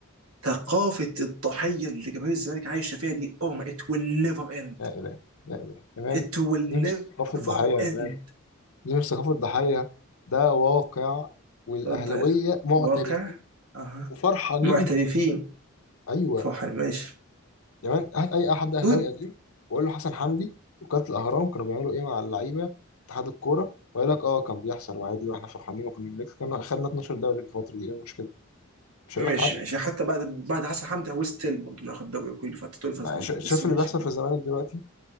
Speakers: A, on the right; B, on the left.
A: ثقافه الضحيه اللي جماهير الزمالك عايشه فيها دي oh my it will never end
B: لا اله لا اله يا مان
A: it will never
B: دي مش ثقافه ضحيه يا
A: end
B: مان دي مش ثقافه ضحيه ده واقع والاهلاويه
A: ده
B: معترفين
A: واقع اها
B: وفرحانين
A: معترفين
B: بيه ايوه
A: فرحان ماشي
B: يا مان هات اي حد اهلاوي
A: دود
B: قديم وقول له حسن حمدي وكاله الاهرام كانوا بيعملوا ايه مع اللعيبه اتحاد الكوره ويقول لك اه كان بيحصل وعادي واحنا فرحانين وكنا بنكسب. كنا خدنا 12 دوري في الفتره دي ايه المشكله مش
A: ماشي
B: هقول لك حاجه
A: ماشي يعني حتى بعد بعد حسن حمدي هو ستيل برضه بياخد دوري كل فتره طول الفتره
B: ما
A: دي
B: شا- شايف
A: بس ماشي
B: اللي بيحصل في الزمالك دلوقتي